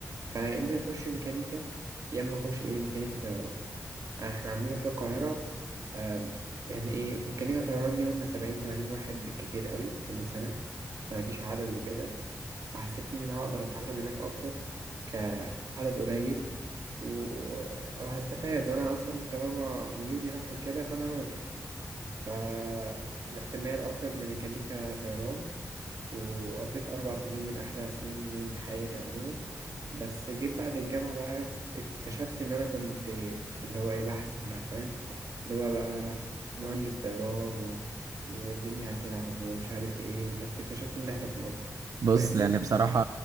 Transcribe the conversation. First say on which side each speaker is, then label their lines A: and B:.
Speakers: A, on the right; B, on the right.
A: فيا إما أخش ميكانيكا يا إما أخش إيه ميكانيكا طيران يعني إحنا عندنا في القاهرة آم، يعني إيه ميكانيكا طيران دي هم سبعين تمانين واحد بالكتير قوي كل سنة فمفيش عدد وكده فحسيت إن أنا هقدر أتعلم هناك أكتر كعدد قليل و- وهستفاد وأنا أصلا طالما ميولي راح لكده فأنا رايح فروحت مايل أكتر لميكانيكا طيران وقضيت أربع سنين من أحلى سنين حياتي عموما بس جيت بعد الجامعة بقى اكتشفت إن أنا كنت اللي هو إيه بحلم بقى فاهم اللي هو بقى مهندس طيران و... والدنيا هتلعب ومش عارف إيه بس اكتشفت إن إحنا في مصر
B: بص
A: فاهمني؟
B: يعني بصراحة